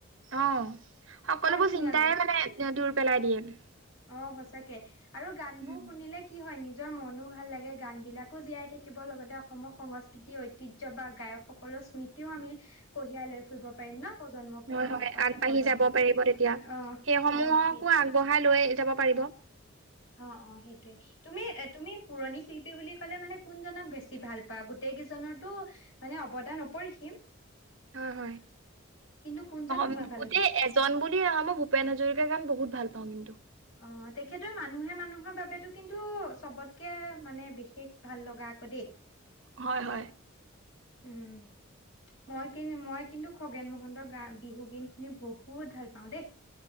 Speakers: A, on the right; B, on the left.
A: অঁ! সকলোবোৰ
B: ধুনীয়া
A: চিন্তাই মানে দূৰ পেলাই দিয়ে। <unintelligible>
B: অঁ! সঁচাকে আৰু গানবোৰ
A: উম,
B: শুনিলে কি হয় নি <unintelligible> নিজৰ মনো ভাল লাগে, গানবিলাকো জীয়াই থাকিব, লগতে অসমৰ সংস্কৃতি ঐতিহ্য বা গায়কসকলৰ স্মৃতি <unintelligible> স্মৃতিও আমি কঢ়িয়াই লৈ ফুৰিব পাৰিম ন? <unintelligible> প-
A: হয়-হয়,
B: পাছত
A: আগবাঢ়ি
B: প্ৰজন্ম
A: যাব পাৰিব তেতিয়া।
B: অ
A: সেইসমূহকো
B: অ সেই
A: আগবঢ়াই লৈ যাব পাৰিব। <unintelligible>
B: অঁ-অঁ! সেইটোৱেই। <inaudible> তুমি - তুমি পুৰণি শিল্পী বুলি ক'লে মানে কোনজনক বেছি ভাল পোৱা গোটেই কেইজনৰতো। মানে অৱদা নপৰিহিম।
A: হয় হয়
B: কিন্তু কোনজন তোমাৰ
A: মই
B: ভাল
A: গোটেই।
B: লাগে
A: জন বুলি আহা মই ভূপেন হাজৰিকাৰ গান বহুত ভাল পাওঁ কিন্তু।
B: অ' তেখেতৰ মানুহে মানুহৰ বাবেতো কিন্তু চবতকে মানে বিশেষ ভাল লগা আকৌ দেই।
A: হয় হয়।
B: উম। মই কি মই কিন্তু খগেন মহন্তৰ গা বিহু গিন শুনি বহুত ভাল পাওঁ দেই।